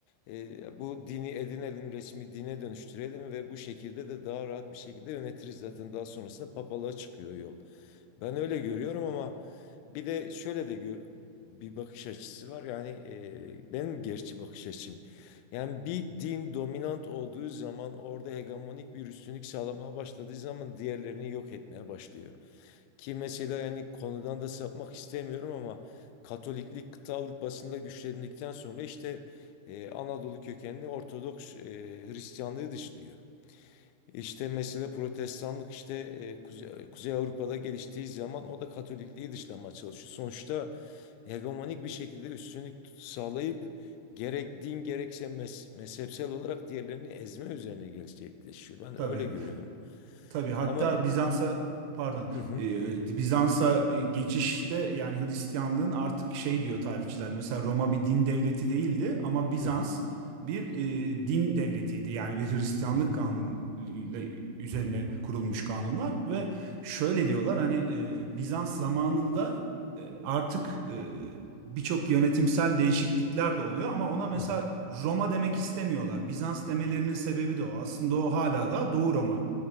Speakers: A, on the left; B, on the right.
A: e, bu dini edinelim, resmi dine dönüştürelim ve bu şekilde de daha rahat bir şekilde yönetiriz. Zaten daha sonrasında papalığa çıkıyor yol. Ben öyle görüyorum ama bir de şöyle de gör- bir bakış açısı var. Yani e, benim gerçi bakış açım. Yani bir din dominant olduğu zaman orada hegemonik bir üstünlük sağlamaya başladığı zaman diğerlerini yok etmeye başlıyor. Ki mesela yani konudan da sapmak istemiyorum ama Katoliklik kıta Avrupa'sında güçlendikten sonra işte e, Anadolu kökenli Ortodoks e, Hristiyanlığı dışlıyor. İşte mesela Protestanlık işte e, Kuze- Kuzey, Avrupa'da geliştiği zaman o da Katolikliği dışlamaya çalışıyor. Sonuçta hegemonik bir şekilde üstünlük sağlayıp gerek din gerekse mez- mezhepsel olarak diğerlerini ezme üzerine gerçekleşiyor. Ben
B: tabii.
A: öyle görüyorum.
B: Tabii hatta
A: Ama
B: Bizans'a pardon
A: Hı hı,
B: e, Bizans'a e, geçişte yani Hristiyanlığın artık şey diyor tarihçiler mesela Roma bir din devleti değildi ama Bizans
A: hı hı,
B: bir e, din devletiydi. Yani bir Hristiyanlık
A: hı hı,
B: kanunuyla üzerine kurulmuş kanunlar ve şöyle diyorlar hani e, Bizans zamanında e, artık e, birçok yönetimsel değişiklikler de oluyor ama ona mesela
A: hı hı.
B: Roma demek istemiyorlar. Bizans demelerinin sebebi de o. Aslında o hala da Doğu Roma